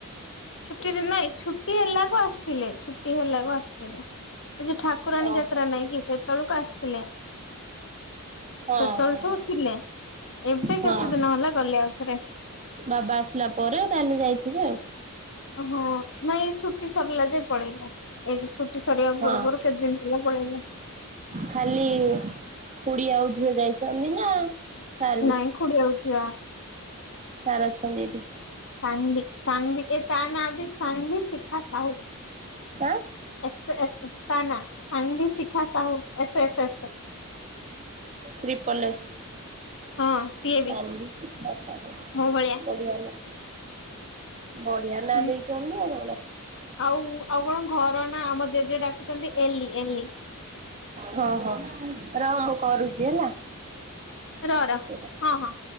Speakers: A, on the left; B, on the right.
A: ଛୁଟିରେ ନାଇଁ ଛୁଟି ହେଲାକୁ ଆସିଥିଲେ ଛୁଟି ହେଲାକୁ ଆସିଥିଲେ। ଏ ଯୋଉ ଠାକୁରାଣୀ
B: ଓହୋ
A: ଯାତ୍ରା ନାଇଁ କି ସେତେବେଳକୁ ଆସିଥିଲେ।
B: ହଁ
A: ସେତେବେଳେଠୁ
B: ହଁ ହଁ
A: ଥିଲେ ଏବେ
B: ହଁ
A: କେତେ ଦିନ ହେଲା ଗଲେ ଆଉଥରେ।
B: ବାବା ଆସିଲା ପରେ ତାହେଲେ ଯାଇଥିବେ ଆଉ।
A: ଓହଁ ନାଇଁ ଏଇ ଛୁଟି ସରିଲା ଯୋଇ ପଳେଇଲେ। ଏଇ ଛୁଟି ସରିବା
B: ହଁ
A: ପୂର୍ବରୁ କେତେ ଦିନ ଥିଲା ପଳେଇଲେ।
B: ଖାଲି ଖୁଡି ଆଉ ଝିଅ ଯାଇଛନ୍ତି ନା ସାର୍ ବି
A: ନାଇଁ ଖୁଡି ଆାଉ ଝିଅ।
B: ସାର୍ ଅଛନ୍ତି ଏଇଠି।
A: ସାନଭି ସାନଭି ଏ ତା ନାଆ ବିି ସାନଭି ଶିଖା ସାହୁ।
B: ଆଁ
A: ଏସ୍ ଏସ୍ ତା ନାଆ Sanvi Shikha Sahu S S S.
B: Triple S.
A: ହଁ ସିଏ
B: ସାନଭି
A: ବି
B: ଶିଖା ସାହୁ
A: ମୋ ଭଳିଆ
B: ବଢିଆ ନା। ବଢିଆ ନା
A: ହୁଁ
B: ଦେଇଛନ୍ତି ଆଉ କଣ।
A: ଆଉ ଆଉ କଣ ଘର ନା ଆମ ଜେଜେ ଡାକୁଛନ୍ତି ଏଲି ଏଲି।
B: ହଁ ହଁ <unintelligible> କରୁଛି ହେଲା।
A: <unintelligible>
B: ଟିକେ ରହ।
A: ହଁ ହଁ।